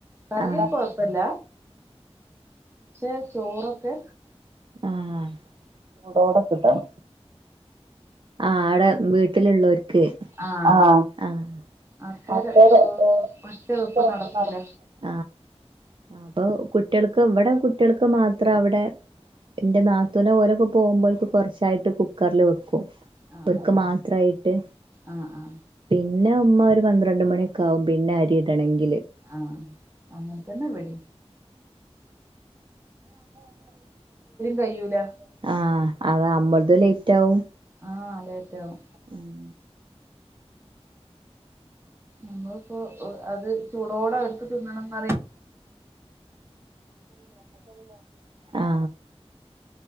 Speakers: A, on the right; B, on the right.
A: കറിയക്കേ
B: ആ
A: കൊഴപ്പല്ല പക്ഷെ ചോറൊക്കെ
B: ആ ചുടോടെ കിട്ടണം ആ അവടെ വീട്ടിലുള്ളവർക്ക്
A: ആഹ്
B: ആ ആ
A: അപ്പൊ
B: <unintelligible>
A: ഒരു ഒറ്റ വെപ്പ് നടക്കൂല
B: അപ്പൊ കുട്ടികൾക്ക് ഇവിടെ കുട്ടികൾക്ക് മാത്രം അവിടെ എന്റെ നാത്തൂന് ഓല്ക്കെ പോകുമ്പോഴേക്ക് കൊറച്ചായിട്ട് കുക്കറിൽ വെക്കും
A: ആഹ്
B: ഒര്ക് മാത്രായിട്ട്
A: ആഹ് ആഹ്
B: പിന്നെ ഉമ്മ പന്ത്രണ്ട് മണിയൊക്ക ആകും പിന്നെ അരി ഇടണെങ്കിൽ
A: ആ അങ്ങനെത്തന്നെ ഇവടിം കഴിയൂല
B: ആ അമ്മളതും ലേറ്റ് ആവും
A: ആ ലൈറ്റാവും
B: ഉം
A: നമ്മളിപ്പോ അത് ചൂടോടെ അവര്ക്ക് തിന്നണംന്ന് പറയൂ
B: ആ